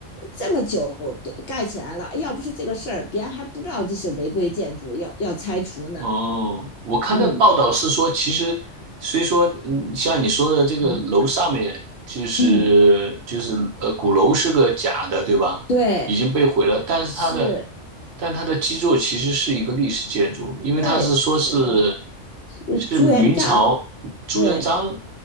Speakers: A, on the left; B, on the right.
A: 这么久都盖起来了，要不是这个事儿，别人还不知道这是违规建筑，要要拆除呢。
B: 哦，我看的报道是说，
A: 嗯
B: 其实虽说，嗯，像你说的这个楼上面就是就是呃鼓楼是个假的，
A: 嗯嗯，
B: 对吧？
A: 对，
B: 已经被毁了，但是它的
A: 是，
B: 但它的基座其实是一个历史建筑，因为它是说是
A: 对，是的，是朱元璋，
B: 是明朝朱元璋
A: 对，